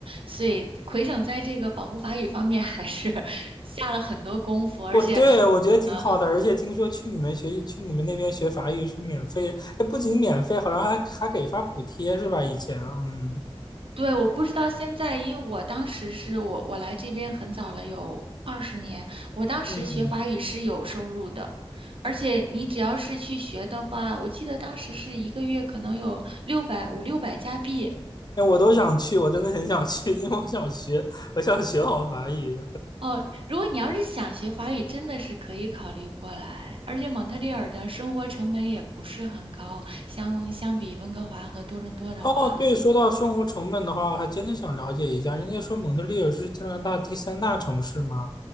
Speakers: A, on the right (about 65°); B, on the left (about 45°).
A: 所以魁省在这个保护法语方面还是 <laughs> 下了很多功夫，而且。
B: 我对我觉得挺好的，
A: 呃
B: 而且听说去你们学去你们那边学法语是免费，哎，不仅免费，好像还还给发补贴是吧？以前，嗯
A: 对，我不知道现在，因为我当时是我我来这边很早了，有二十年。我当时学法语是有收入的，
B: 嗯，
A: 而且你只要是去学的话，我记得当时是一个月可能有六百五六百加币。
B: 哎，我都想去，我真的很想去，因为我想学，我想学好法语。
A: 哦，如果你要是想学法语，真的是可以考虑过来。而且蒙特利尔的生活成本也不是很高，相相比温哥华和多伦多的话，
B: 哦，对，说到生活成本的话，还真的想了解一下。人家说蒙特利尔是加拿大第三大城市吗？